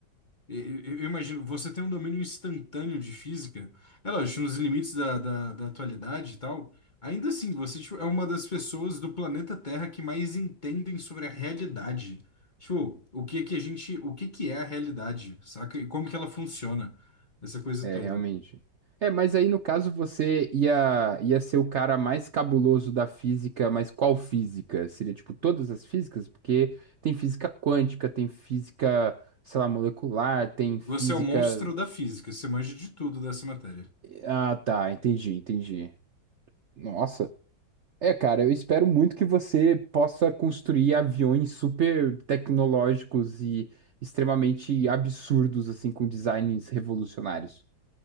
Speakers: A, on the left; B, on the right.
A: E- Eu eu imagino, você tem um domínio instantâneo de física, é lógico, nos limites da, da, da atualidade e tal. Ainda assim, você tipo, é uma das pessoas do planeta Terra que mais entendem sobre a realidade. Tipo, o que é que a gente, o que que é a realidade, saca? E como que ela funciona, essa coisa
B: É,
A: toda.
B: realmente. É, mas aí no caso você ia, ia ser o cara mais cabuloso da física, mas qual física? Seria tipo todas as físicas? Porque tem física quântica, tem física, sei lá, molecular, tem física.
A: Você é o monstro da física, você manja de tudo dessa matéria.
B: Ah, tá, entendi, entendi. Nossa. É, cara, eu espero muito que você possa construir aviões super tecnológicos e extremamente absurdos, assim, com designs revolucionários.